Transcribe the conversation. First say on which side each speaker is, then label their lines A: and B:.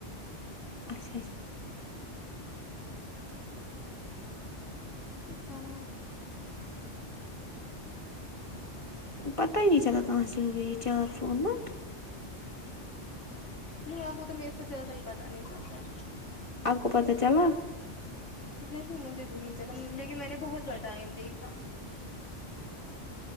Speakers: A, on the left (about 25°); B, on the left (about 80°).
A: اچھا اچھا
B: ہاں
A: پتا ہی نہیں چلا کہا سے ریچار فون میں
B: نہیں آپ کو تو میرے سے زیادہ ہی پتا نہیں چلتا ہے
A: آپ کو پتہ چلا
B: نہیں مجھے بھی نہیں چلا لیکن میں نے بہت بار ٹائم دیکھا